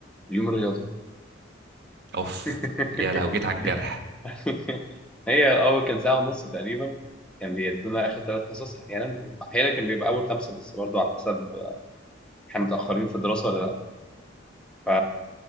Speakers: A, in the centre; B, on the right.
A: اليوم الرياضي
B: اوف
A: <laughs>
B: يا لو جيت على
A: <laughs>
B: الجرح
A: هي اه كان ساعة ونص تقريبا كان بيدونا آخر ثلاث حصص أحيانا أحيانا كان بيبقى أول خمسة بس برضو على حسب احنا متأخرين في الدراسة ولا لأ ف